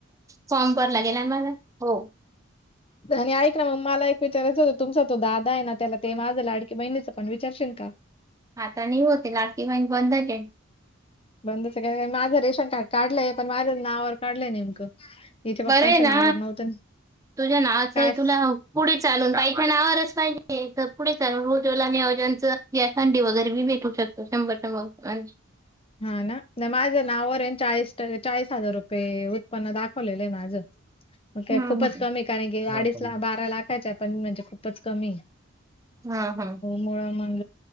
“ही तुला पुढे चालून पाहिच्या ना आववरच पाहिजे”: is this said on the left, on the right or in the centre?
Right